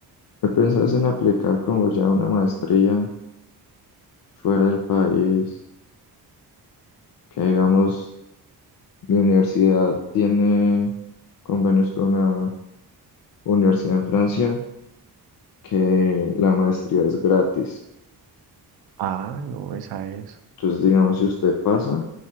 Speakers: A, on the left; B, on the right.
A: he pensado es en aplicar como ya una maestría fuera del país, que digamos, mi universidad tiene convenios con una universidad en Francia, que la maestría es gratis.
B: Ah, no, esa es.
A: Entonces, digamos, si usted pasa,